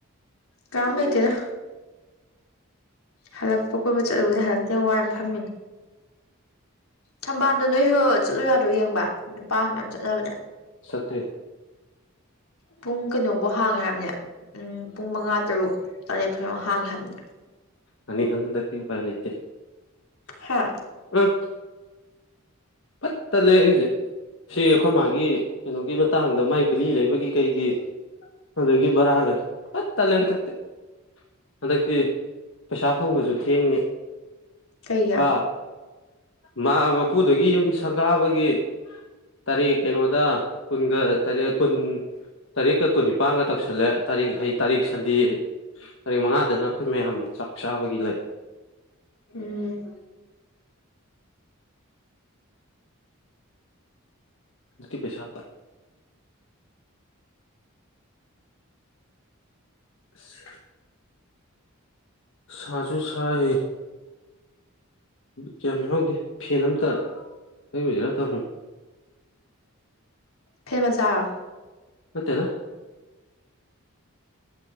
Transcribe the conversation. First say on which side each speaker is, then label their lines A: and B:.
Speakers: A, on the left; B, on the left.
A: ꯀꯅꯝ ꯂꯩꯇꯦꯗ ꯍꯜꯂꯛꯄ ꯀꯣꯏꯠꯄ ꯆꯠꯂꯨꯕꯗꯤ ꯍꯜꯗꯛꯇꯦ ꯋꯥꯏ ꯌꯥꯝꯅ ꯐꯝꯃꯤ ꯊꯝꯕꯥꯜꯗꯣ ꯅꯣꯏꯁꯨ ꯆꯠꯂꯣ ꯌꯥꯔ꯭ꯔꯣ ꯌꯦꯡꯕ ꯅꯨꯄꯥ ꯃꯌꯥꯝ ꯆꯠꯅꯕꯅꯦ
B: ꯁꯠꯇ꯭ꯦ
A: ꯄꯨꯡ ꯀꯩꯅꯣ ꯕꯨꯛ ꯍꯥꯡꯈ꯭ꯔꯕꯅꯦ ꯎꯝ ꯄꯨꯡ ꯃꯉꯥ ꯇꯥꯔꯨꯛ ꯇꯔꯦꯠ ꯐꯥꯎ ꯍꯡꯉꯦ ꯍꯥꯏꯕꯅꯤ
B: ꯑꯅꯤ <unintelligible> ꯎ ꯄꯥꯏ ꯂꯩꯇꯦ
A: ꯍꯥ
B: ꯑ ꯄꯠꯇ ꯂꯩ ꯍꯧꯁꯛ ꯁꯤ ꯑꯩꯈꯣꯏ ꯃꯥꯒꯤ ꯀꯩꯅꯣꯒꯤ ꯃꯇꯥꯡꯗ ꯃꯥꯏ ꯒꯨꯂꯤ ꯂꯩꯕꯒꯤ ꯀꯩꯒꯤ ꯑꯗꯒꯤ ꯕꯔꯥꯒ ꯄꯥꯠ ꯇꯂꯦ ꯊꯛ ꯍꯟꯗꯛꯇꯤ ꯄꯩꯁꯥ ꯐꯪꯕꯁꯨ ꯊꯦꯡꯅꯤ
A: ꯀꯩꯒꯤ
B: ꯑ ꯃꯥ ꯃꯄꯨꯗꯨꯒꯤ ꯌꯨꯝ ꯁꯪꯒꯥꯕꯒꯤ ꯇꯔꯤꯛ ꯀꯩꯅ‌ꯣꯗ ꯀꯨꯟꯒ ꯇꯔ‌ꯦꯠ ꯀꯨꯟ ꯇꯥꯔꯤꯛꯀ ꯀꯨꯟꯅꯤꯄꯥꯟꯒ ꯇꯧꯁꯜꯂꯦ ꯇꯥꯔꯤꯛ ꯍꯩ ꯇꯥꯔꯤꯛ ꯁꯟꯗ‌ꯦ ꯇꯥꯔꯤꯛ ꯃꯉꯥꯗꯅ ꯑꯩꯈꯣꯏ ꯃꯌꯥꯝ ꯆꯥꯛ ꯆꯥꯕꯒꯤ ꯂꯩ
A: ꯎꯝ
B: ꯑꯗꯨꯄꯤ ꯄꯩꯁꯥꯄꯤ ꯑꯁ ꯁꯥꯖꯨ ꯁꯥꯏ ꯀꯌꯥꯝ ꯌꯥꯎꯗꯦ ꯐꯦꯟ ꯑꯝꯇ ꯂꯩꯔꯨꯁꯤꯔ ꯇꯧꯟ
A: ꯐꯦꯟ ꯃꯆꯥꯥ
B: ꯅꯠꯇꯦꯗ